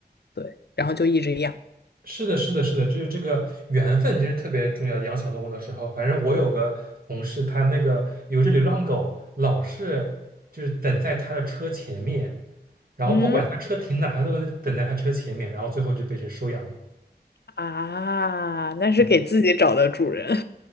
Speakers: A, on the left; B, on the right.
A: 对，然后就一直养。
B: 是的，是的，是的，就是这个缘分其实特别重要。养小动物的时候，反正我有个同事，他那个有一只流浪狗，老是就是等在他的车前面，然后不管他车停哪，
A: 嗯
B: 他都能等在他车前面，然后最后就被谁收养了。
A: 啊，那是给自己找的主人。
B: 嗯